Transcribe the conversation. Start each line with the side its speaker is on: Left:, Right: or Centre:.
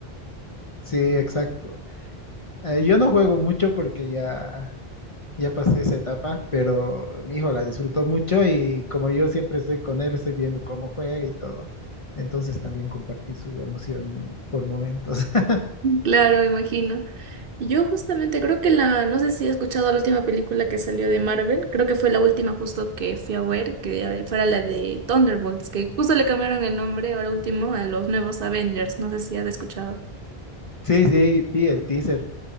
Left: Sí, exacto. Eh, yo no juego mucho porque ya ya pasé esa etapa, pero mi hijo la disfrutó mucho y como yo siempre estoy con él, estoy viendo cómo juega y todo. Entonces también compartí su emoción por momentos. <laughs>
Right: <laughs> Claro, me imagino. Yo justamente creo que la, no sé si he escuchado la última película que salió de Marvel, creo que fue la última justo que fui a ver, que eh, fuera la de Thunderbolts, que justo le cambiaron el nombre ahora último a los nuevos Avengers, no sé si has escuchado.
Left: Sí, sí, vi el teaser.